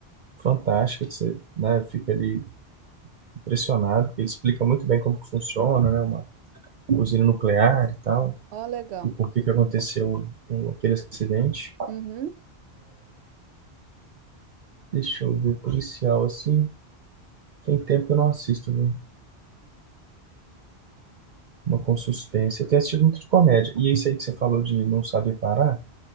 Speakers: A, on the right; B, on the right.
A: fantástica. Que você, né, fica ali impressionado, porque ele explica muito bem como que funciona, né? Uma usina nuclear e tal.
B: Ó, legal.
A: E por que que aconteceu o- aquele acidente.
B: Uhum.
A: Deixa eu ver, policial, assim. Tem tempo que eu não assisto, viu? Uma com suspense. Eu tenho assistido muito de comédia. E isso aí que você falou de não saber parar,